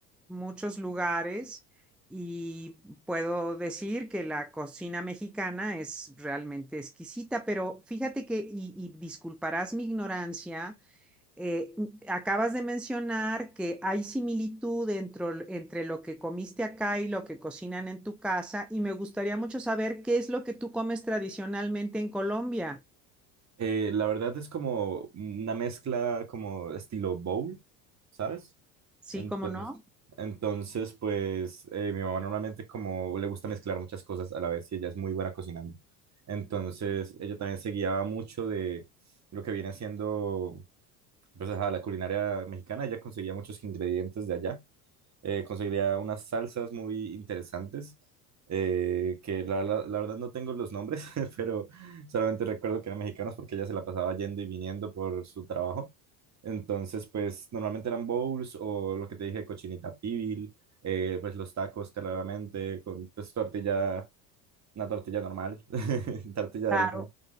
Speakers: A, in the centre; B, on the right.
A: muchos lugares y puedo decir que la cocina mexicana es realmente exquisita, pero fíjate que, y, y disculparás mi ignorancia, eh, acabas de mencionar que hay similitud dentro- entre lo que comiste acá y lo que cocinan en tu casa, y me gustaría mucho saber qué es lo que tú comes tradicionalmente en Colombia.
B: Eh, la verdad es como una mezcla como estilo bowl, ¿sabes?
A: Sí,
B: Entonces,
A: cómo no.
B: entonces pues eh, mi mamá normalmente como le gusta mezclar muchas cosas a la vez y ella es muy buena cocinando. Entonces ella también se guiaba mucho de lo que viene haciendo pues, ajá, la culinaria mexicana. Ella conseguía muchos ingredientes de allá eh, conseguiría unas salsas muy interesantes, eh, que la, la- la verdad no tengo los nombres, <laughs> pero solamente recuerdo que eran mexicanos porque ella se la pasaba yendo y viniendo por su trabajo. Entonces, pues normalmente eran bowls o lo que te dije, cochinita pibil, eh, pues los tacos claramente, con pues tortilla, una tortilla normal, <laughs> tortilla
A: Claro.
B: de harina.